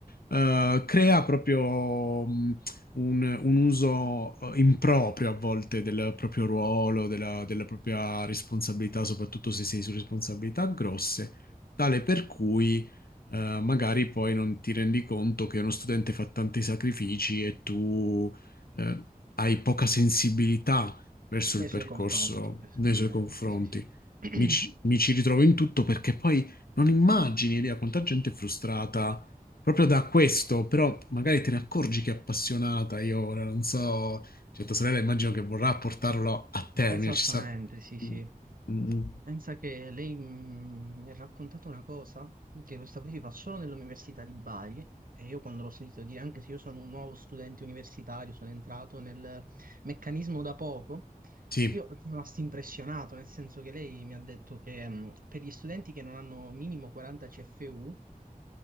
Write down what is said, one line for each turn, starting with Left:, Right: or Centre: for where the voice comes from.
Left: eh, crea proprio mh, un, un uso eh, improprio a volte del proprio ruolo, della, della propria responsabilità, soprattutto se sei su responsabilità grosse, tale per cui eh, magari poi non ti rendi conto che uno studente fa tanti sacrifici e tu eh, hai poca sensibilità verso
Right: Nei
Left: il percorso
Right: suoi confronti, esattamente,
Left: nei suoi confronti.
Right: sì, sì. <clears throat>
Left: Mi ci, mi ci ritrovo in tutto perché poi non immagini, Elia, quanta gente è frustrata proprio da questo, però magari te ne accorgi che è appassionata. Io ora non so, cioè tua sorella immagino che vorrà portarlo a termine.
Right: Esattamente,
Left: Ci sa...
Right: sì, sì.
Left: Mm, mm,
Right: Pensa che lei mm, mi ha raccontato una cosa, che questa qui si fa solo nell'università di Bari, e io quando l'ho sentito dire, anche se io sono un nuovo studente universitario, sono entrato nel meccanismo da poco,
Left: Sì.
Right: io sono rimasto impressionato, nel senso che lei mi ha detto che mm, per gli studenti che non hanno minimo 40 CFU,